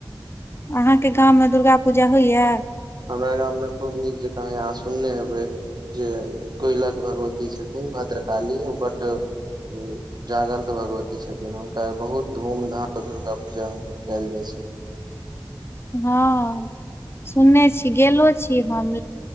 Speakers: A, on the left (about 30°); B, on the right (about 55°).
A: अहाँके गाममे दुर्गा पूजा होइएा।
B: हमराग हमने खूब नीक जे कह ह आसनने ह। जे कोयलक भगवती छथिन भद्र काली बड उ जगन्त भगवती छथिन हुनका बहुत धूमधामसँ दुर्गा पूजा हुनकर कयल जाइ छनि।
A: हँ सुनने छी गेलो छी हम